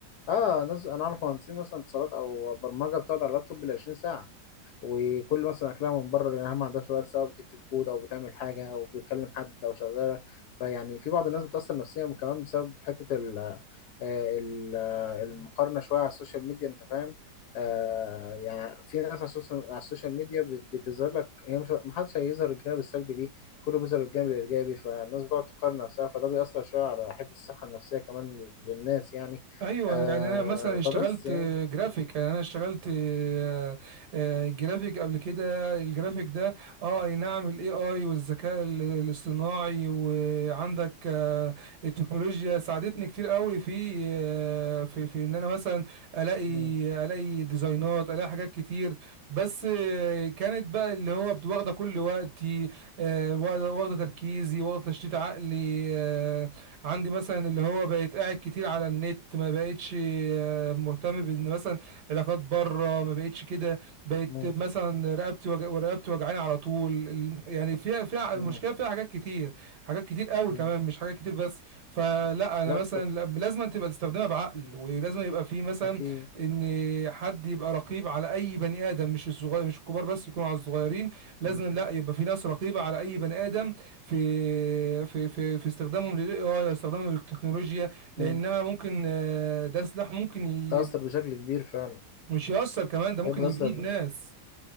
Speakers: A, on the left (about 65°); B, on the right (about 65°).
A: اه ناس أنا أعرف مهندسين مثلا اتصالات أو برمجة بتقعد على اللابتوب بالعشرين ساعة وكل مثلا اكلها من بره لانها ما عندهاش وقت سواء بتكتب كود او بتعمل حاجه او بتتكلم حد او شغاله فيعني في بعض الناس بتاثر نفسيا كمان بسبب حته ال آه، ال- آه، المقارنه شويه على السوشيال ميديا انت فاهم آه يعني في ناس على السوشيال على السوشيال ميديا بت- بتظهر لك هي مش محدش هيظهر الجانب السلبي ليه كله بيظهر الجانب الايجابي فالناس بتقعد تقارن نفسها فده بيأثر شويه على حته الصحه النفسيه كمان لل- للناس يعني
B: ايوه
A: آه
B: يعني انا مثلا اشتغلت
A: فبس يعني
B: آه، جرافيك يعني انا اشتغلت آه، آه، جرافيك قبل كده الجرافيك ده اه اي نعم الاي اي والذكاء ال- الاصطناعي وعندك آه، التكنولوجيا ساعدتني كتير قوي في آه، في في ان انا مثلا الاقي
A: مم.
B: الاقي ديزاينات الاقي حاجات كتير بس آه، كانت بقى اللي هو بت- واخده كل وقتي آه، واخده واخدة تركيزي واخده تشتيت عقلي آه، عندي مثلا اللي هو بقيت قاعد كتير على النت ما بقيتش آه، مهتم بان مثلا علاقات بره ما بقيتش كده بقيت
A: مم.
B: مثلا رقبتي وج... ورقبتي وجعاني على طول ال- يعني فيها فيها المشكله
A: مم.
B: فيها حاجات كتير حاجات كتير قوي
A: مم.
B: كمان مش حاجات كتير بس فلا انا
A: لا
B: مثلا لا- لازم تبقى تستخدمها بعقل ولازم يبقى في مثلا
A: أكيد
B: ان حد يبقى رقيب على اي بني ادم مش الصغير مش الكبار بس يكونوا على الصغيرين لازم
A: مم.
B: لا يبقى في ناس رقيبه على اي بني ادم في في في في استخدامهم للاي اي استخدامهم للتكنولوجيا لانها
A: مم.
B: ممكن آه، ده سلاح ممكن ي...
A: تأثر بشكل كبير فعلا
B: مش يأثر كمان ده ممكن
A: هي بتأثر
B: يبيد ناس